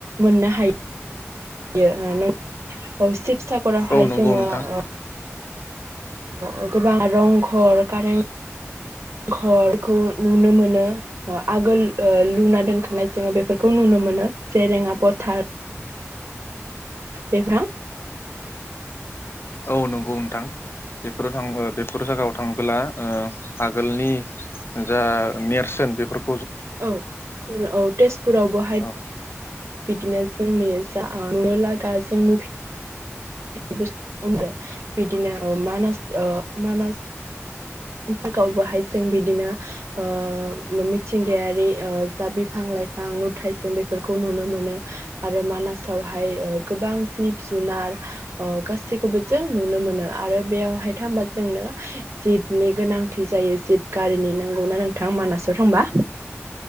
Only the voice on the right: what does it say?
मोननो हा यो ओ नों अ सिब सागगरावहाय
जोङो
ओ ओ गोबां रंघर कारेंघरखौ नुनो मोनो, ओ आगोल ओ लुना दोनखानाय जोङो बेफोरखौ नुनो मोनो जेरेङा फथार बेफां
औ औ तेजपुराव बहाय
बिदिनो जोंनि जाओनो लागा जों नुफि <unintelligible> बिदिनो मानास ओ मानास पार्कआवबोहाय जों बिदिनो ओ मिथिंगायारि ओ जा बिफां लाइफां नुथायजों बेफोरखौ नुनो मोनो आरो मानासावहाय ओ गोबां जिब जुनार अ गासैखौबो जों नुनो मोनो आरो बेयावहाय थांबा जोंनो जिबनि गोनांथि जायो जिब गारिनि नंगौना नोंथां मानासाव थांबा?